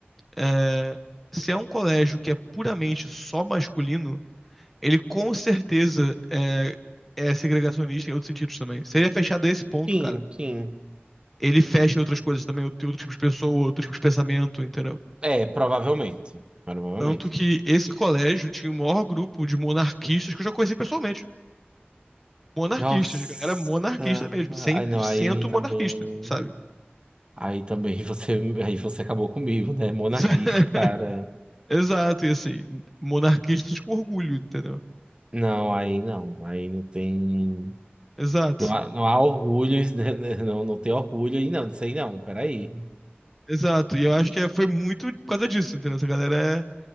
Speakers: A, in the centre; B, on the right (about 25°).
A: É, se é um colégio que é puramente só masculino, ele com certeza é, é segregacionista em outros sentidos também. seria fechado a esse ponto,
B: sim,
A: cara,
B: sim.
A: ele fecha em outras coisas também, outro outro tipo de pessoa, outro tipo de pensamento, entendeu?
B: É, provavelmente. Provavelmente.
A: Tanto que esse colégio tinha o maior grupo de monarquistas que eu já conheci pessoalmente. Monarquistas,
B: Nossa.
A: a galera monarquista mesmo, cem
B: Ai,
A: por
B: não,
A: cento
B: aí também.
A: monarquista, sabe?
B: Aí também <laughs> você, aí você acabou comigo, né? Monarquista,
A: <laughs>
B: cara.
A: Exato, e assim, monarquistas com orgulho, entendeu?
B: Não, aí não. Aí não tem.
A: Exato,
B: Não há, não há orgulho, né? <laughs> Não, não tem orgulho aí, não. Disso aí não, peraí.
A: exato. E eu acho que é- foi muito por causa disso, entendeu? Essa galera é